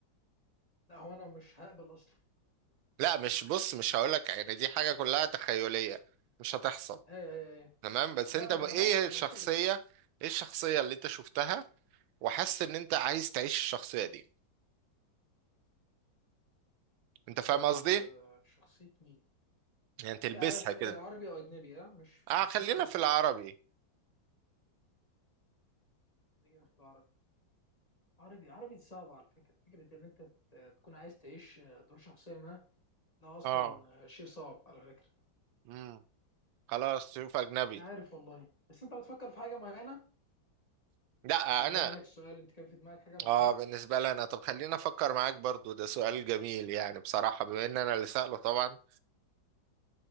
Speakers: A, on the left; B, on the right.
A: لا هو انا مش هقبل اصلا
B: لا مش بص مش هقول لك يعني دي حاجة كلها تخيلية مش هتحصل
A: ايه ايه ايه
B: تمام بس
A: لا
B: انت
A: ما
B: ب- ايه
A: انا عارف
B: الشخصية
A: انا بقول لك ايه
B: ايه الشخصية اللي انت شفتها وحاسس ان انت عايز تعيش الشخصية دي انت فاهم
A: آه،
B: قصدي
A: شخصية مين
B: يعني تلبسها
A: في في-
B: كده
A: آه، عربي او اجنبي اه مش
B: اه
A: مش
B: خلينا
A: فيش فرق
B: في العربي
A: خلينا في العربي عربي عربي صعب على فكرة فكرة ان انت ت- تكون عايز تعيش آه، دور شخصية ما ده اصلا
B: اه
A: آه، شيء صعب على فكرة
B: امم خلاص شوف اجنبي
A: مش عارف والله بس انت بتفكر في حاجة معينة
B: لا
A: يعني
B: انا
A: بما انك السؤال انت كان في دماغك حاجة معينة
B: اه بالنسبه لي انا طب خلينا افكر معاك برضو ده سؤال جميل يعني بصراحه بما ان انا اللي سأله طبعا